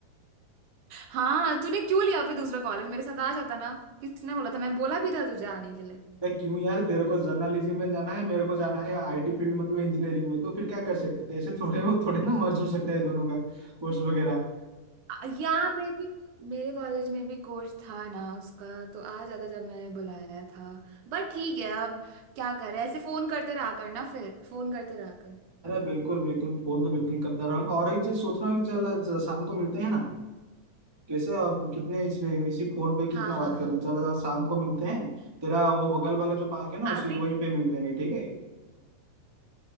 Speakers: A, on the right; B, on the right.
A: हाँ तूने क्यों लिया फिर दूसरा कॉलेज मेरे साथ आ जाता ना किसने बोला था मैंने बोला भी था तुझे आने के लिए
B: देख क्यों यार तेरे को जर्नलिज्म में जाना है मेरे को जाना है आईटी फील्ड मतलब इंजीनियरिंग में तो फिर क्या कर सकते थे ऐसे थोड़े वो थोड़े ना मर्ज हो सकता है दोनों का कोर्स वगैरह
A: आ- यहाँ पे भी मेरे कॉलेज में भी कोर्स था ना उसका तो आ जाता जब मैंने बुलाया था बट ठीक है अब क्या करे ऐसे फोन करते रहा कर ना फिर फोन करते रहा कर
B: अरे बिल्कुल बिल्कुल फोन तो बिल्कुल करता रहूंगा और एक चीज सोच रहा हूँ कि चल आज शाम को मिलते हैं ना कैसे आप कितने इस इसी फोन पे कितना
A: हाँ हाँ
B: बात
A: हाँ
B: करें चलो आज शाम को मिलते हैं तेरा वो बगल वाला जो पार्क है ना उसी
A: अभी
B: वहीं पे मिल लेंगे ठीक है